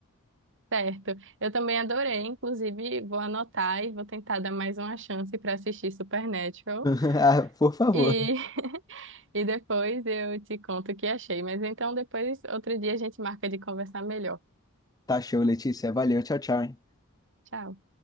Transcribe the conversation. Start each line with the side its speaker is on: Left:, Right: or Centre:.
Right: Certo. Eu também adorei, inclusive vou anotar e vou tentar dar mais uma chance para assistir Supernatural.
Left: <laughs> Ah, Por favor.
Right: E, <laughs> e depois eu te conto o que achei. Mas então depois, outro dia, a gente marca de conversar melhor.
Left: Tá show, Letícia. Valeu, tchau, tchau, hein?
Right: Tchau.